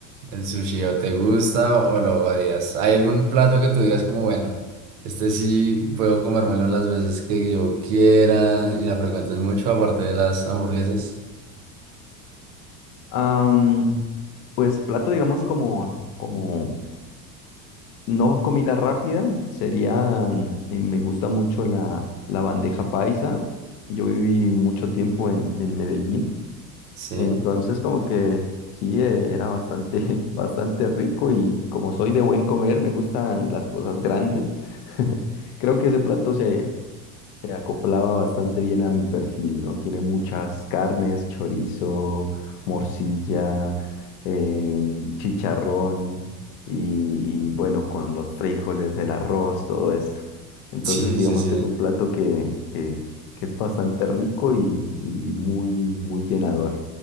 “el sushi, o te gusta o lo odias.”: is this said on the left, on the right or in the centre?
Right